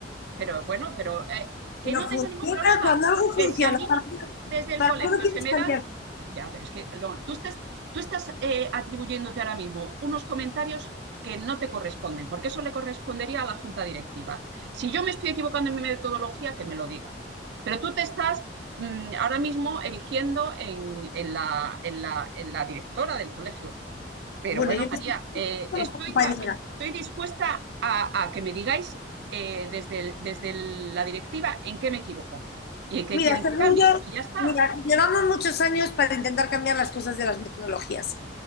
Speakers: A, on the right; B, on the left.
A: Pero bueno, pero eh, que
B: Pero
A: no tengo
B: funciona,
A: ningún problema.
B: cuando algo funciona,
A: Que si a mí
B: ¿para qué,
A: desde el
B: para
A: colegio
B: qué lo quieres
A: se me
B: cambiar?
A: dan... Ya, pero es que no, tú estás, tú estás eh, atribuyéndote ahora mismo unos comentarios que no te corresponden, porque eso le correspondería a la junta directiva. Si yo me estoy equivocando en mi metodología, que me lo diga. Pero tú te estás mmm, ahora mismo erigiendo en, en, la, en, la, en la directora del colegio. Pero
B: Bueno,
A: bueno,
B: yo
A: María,
B: me estoy
A: eh,
B: como
A: estoy,
B: compañera.
A: de- estoy dispuesta a, a que me digáis eh, desde, el- desde el- la directiva en qué me equivoco y en qué
B: Mira,
A: quieren
B: según
A: que cambie.
B: yo,
A: Y ya está.
B: mira, llevamos muchos años para intentar cambiar las cosas de las metodologías.